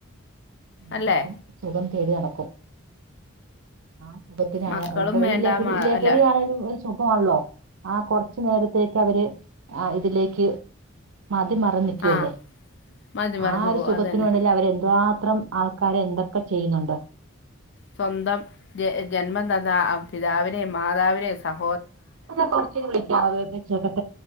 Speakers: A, on the right; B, on the left.
A: എന്നും
B: അല്ലേ
A: സുഖം തേടി നടക്കും ആ സുഖത്തിനാണ്
B: മക്കളും
A: അതിപ്പൊ
B: വേണ്ട
A: ഈ ലഹരി
B: മ-
A: ലഹരി
B: അല്ല
A: ആണെങ്കിലും സുഖമാല്ലോ ആ കുറച്ചു നേരത്തേക്ക് അവര് ആ ഇതിലേക്ക് മതി മറന്ന് നിക്കുവല്ലേ
B: ആ മതി മറന്നു
A: ആ ഒരു
B: പോകും
A: സുഖത്തിന്
B: അത് തന്നെ
A: വേണ്ടിയല്ലേ അവരെന്താ മാത്രം ആൾക്കാരെ എന്തൊക്കെ ചെയ്യുന്നുണ്ട്
B: സ്വന്തം ജന്മം തന്ന പിതാവിനെയും മാതാവിനെയും സഹോ
A: അതേ കുറച്ചു കഴിഞ്ഞ് വിളിക്കാവേ